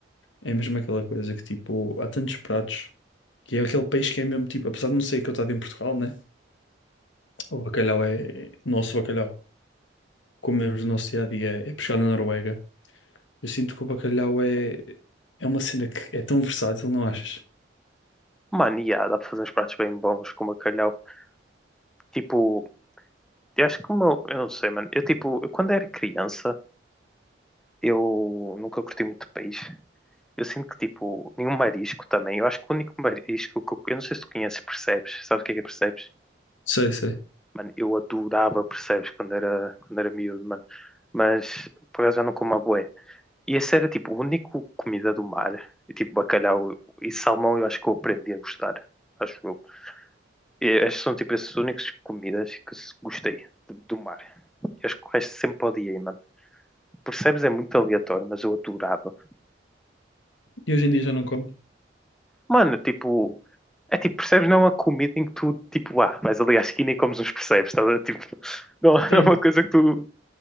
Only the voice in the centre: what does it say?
Mano, e há, dá para fazer uns pratos bem bons com bacalhau. Tipo, Eu acho que o meu, eu não sei, mano. Eu tipo, eu, quando era criança, eu nunca curti muito peixe. Eu sinto que tipo, nenhum marisco também. Eu acho que o único marisco que eu, eu não sei se tu conheces, percebes? Sabes o que é que é percebes?
Mano, eu adorava percebes quando era, quando era miúdo, mano. Mas por acaso já não como a bué. E esse era tipo, o único comida do mar. E, tipo, bacalhau e salmão, eu acho que eu aprendi a gostar. Acho eu. E estas são tipo essas únicas comidas que se- gostei do do mar. Eu acho que o resto sempre odiei, mano. percebes? É muito aleatório, mas eu adorava.
Mano, tipo, é tipo, percebes? Não é uma comida em que tu, tipo, ah, vais ali à esquina e comes uns percebes, estás a ver? tipo, <laughs> não, não
é uma coisa que tu,